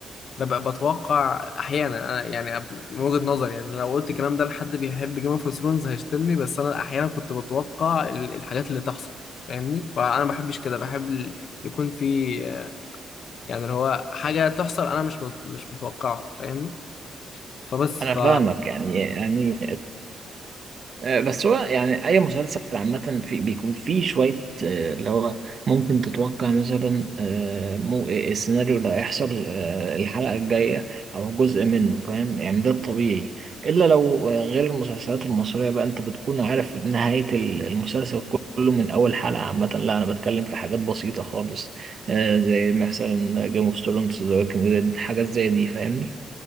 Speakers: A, on the left (about 60°); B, on the right (about 50°).
A: ببقى بتوقع احيانا انا يعني أب- من وجهة نظري يعني لو قلت الكلام ده لحد بيحب جيم اوف ثرونز هيشتمني بس انا احيانا كنت بتوقع ال- الحاجات اللي تحصل فاهمني فانا ما بحبش كده بحب ال- يكون في آه، يعني اللي هو حاجه تحصل انا مش مت- مش متوقعها فاهمني فبس
B: انا
A: ف
B: فاهمك يعني يعني آه، بس هو يعني اي مسلسل عامه في بيكون فيه شويه آه، اللي هو ممكن تتوقع مثلا آه، مو إيه السيناريو اللي هيحصل آه، الحلقه الجايه او جزء منه فاهم يعني ده الطبيعي الا لو آه، غير المسلسلات المصريه بقى انت بتكون عارف نهايه ال- المسلسل كله من اول حلقه عامه لا انا بتكلم في حاجات بسيطه خالص آه، زي مثلا جيم اوف ثرونز ذا ووكينج ديد، حاجات زي دي فاهمني